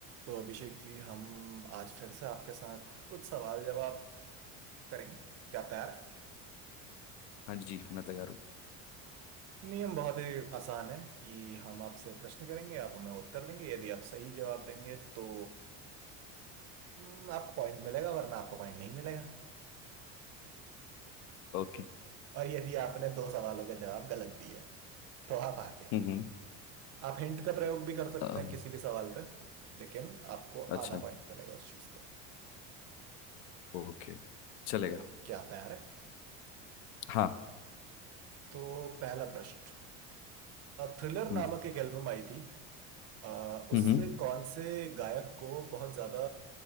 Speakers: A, on the right; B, on the left.
A: तो अभिषेक जी हम आज फिर से आपके साथ कुछ सवाल जवाब करेंगे क्या आप तैयार हैं
B: हाँ जी मैं तैयार हूँ
A: नियम बहुत ही आसान है कि हम आपसे प्रश्न करेंगे आप हमें उत्तर देंगे यदि आप सही जवाब देंगे तो हम्म, आपको पॉइंट मिलेगा वरना आपको पॉइंट नहीं मिलेगा
B: ओके
A: और यदि आपने दो सवालों के जवाब गलत दिए तो आप हार जाएंगे
B: हम्म हम्म
A: आप हिंट का प्रयोग भी कर सकते
B: अ,
A: हैं किसी भी सवाल पे लेकिन आपको
B: अच्छा
A: आधा पॉइंट मिलेगा उस चीज का
B: ओके चलेगा
A: तो क्या आप तैयार है
B: हाँ
A: तो पहला प्रश्न थ्रिलर नामक
B: हम्म
A: एक एल्बम आई थी अ, उससे
B: हम्म
A: कौन से गायक को बहुत ज्यादा